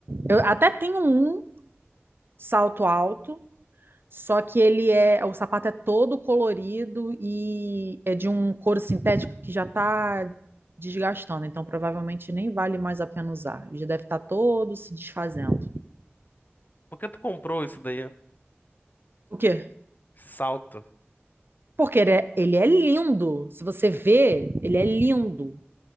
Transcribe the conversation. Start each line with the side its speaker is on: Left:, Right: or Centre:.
Right: Eu até tenho um salto alto, Só que ele é, o sapato é todo colorido e é de um couro sintético que já está desgastando, então provavelmente nem vale mais a pena usar. Ele Já deve estar todo se desfazendo.
Left: Por que tu comprou isso daí?
Right: O quê?
Left: Esse Salto.
Right: Porque ele é, ele é lindo. Se você vê, ele é lindo.